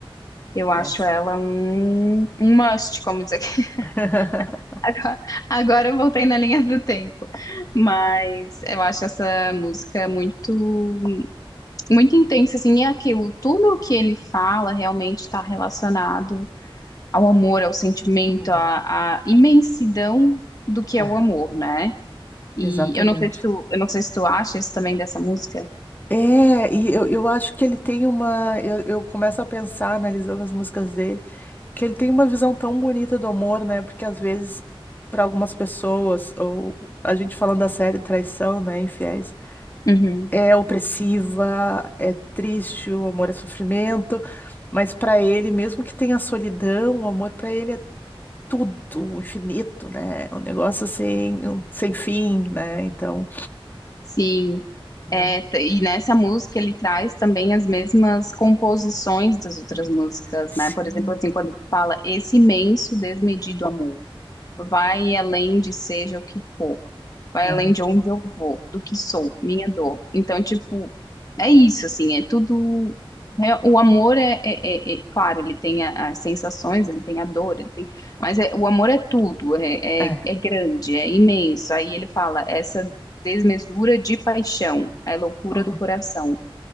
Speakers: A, on the left; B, on the left.
A: Eu acho
B: Essa.
A: ela um, um must, como diz aqui.
B: <laughs>
A: <laughs> Agora, agora eu voltei na linha do tempo. Mas eu acho essa música muito, muito intensa, assim. E é aquilo, tudo o que ele fala realmente está relacionado ao amor, ao sentimento,
B: Hum.
A: à, à imensidão do que é
B: É,
A: o amor, né? E
B: exatamente.
A: eu não sei se tu, eu não sei se tu acha isso também dessa música.
B: É, e eu, eu acho que ele tem uma. Eu, eu começo a pensar, analisando as músicas dele, que ele tem uma visão tão bonita do amor, né? Porque às vezes, para algumas pessoas, ou a gente falando da série Traição, né? Infiéis.
A: Uhum.
B: é opressiva, é triste, o amor é sofrimento, mas para ele, mesmo que tenha solidão, o amor para ele é tudo, o infinito, né? É Um negócio assim, um- sem fim, né? Então,
A: Sim,
B: É.
A: é, t- e nessa música ele traz também as mesmas composições das outras músicas,
B: sim,
A: né? Por exemplo, assim, quando ele fala esse imenso desmedido amor. Vai além de seja o que for. Vai
B: é,
A: além de onde eu vou, do que sou, minha dor. Então, tipo, é isso, assim, é tudo. é- o amor é, é- é- é- claro, ele tem a- as sensações, ele tem a dor, ele tem, mas é- o amor é tudo, é, é,
B: é, é,
A: é grande, é imenso. Aí ele fala, essa desmesura de paixão, é loucura
B: ó,
A: do coração.